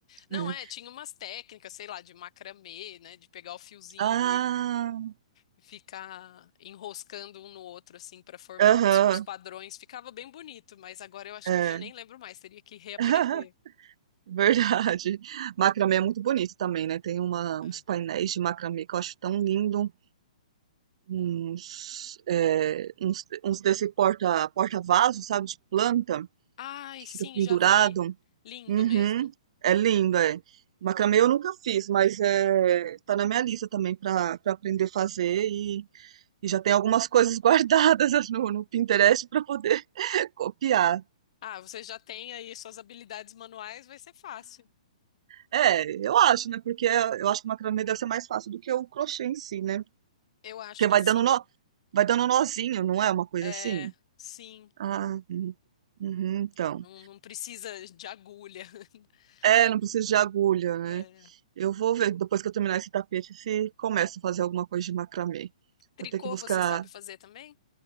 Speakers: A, on the left; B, on the right.
A: Não
B: É.
A: é, tinha umas técnicas, sei lá, de macramê, né, de pegar o fiozinho
B: Ah,
A: e, e ficar enroscando um no outro assim para formar
B: aham,
A: uns, uns padrões. Ficava bem bonito, mas agora eu acho
B: é.
A: que eu já nem lembro mais, teria que reaprender.
B: <laughs> Verdade. Macramê é muito bonito também, né? Tem uma,
A: É.
B: uns painéis de macramê que eu acho tão lindo. Uns,
A: Hum.
B: é, uns, uns desse porta, porta-vaso, sabe? De planta,
A: Ai,
B: que
A: sim,
B: fica pendurado.
A: já vi. Lindo
B: Uhum.
A: mesmo.
B: É lindo, é. Macramê eu nunca fiz, mas é, tá na minha lista também para para aprender a fazer E já tem algumas coisas <laughs> guardadas no, no Pinterest para poder <laughs> copiar.
A: Ah, você já tem aí suas habilidades manuais, vai ser fácil.
B: É, eu acho, né? Porque eu acho que o macramê deve ser mais fácil do que o crochê em si, né?
A: Eu acho
B: Porque
A: que
B: vai
A: sim.
B: dando nó, vai dando nozinho, não é uma coisa
A: É,
B: assim?
A: sim.
B: Ah, uhum, uhum, então.
A: Não, não precisa de agulha. <laughs>
B: É, não precisa de agulha, né?
A: É.
B: Eu vou ver depois que eu terminar esse tapete se começo a fazer alguma coisa de macramê.
A: Tricô
B: Vou ter que buscar
A: você sabe fazer também?